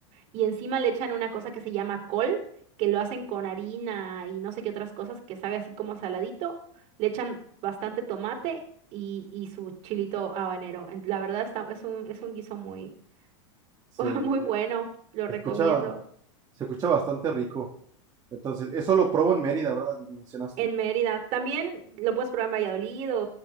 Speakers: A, on the right; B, on the right.
A: y encima le echan una cosa que se llama col, que lo hacen con harina y no sé qué otras cosas que sabe así como saladito. Le echan bastante tomate y, y su chilito habanero. En- La verdad está, es un, es un guiso muy,
B: se,
A: <laughs> muy bueno, lo
B: se
A: recomiendo.
B: escucha, se escucha bastante rico. Entonces, eso lo probo en Mérida, ¿verdad? Y Mencionaste.
A: En Mérida. También lo puedes probar en Valladolid o,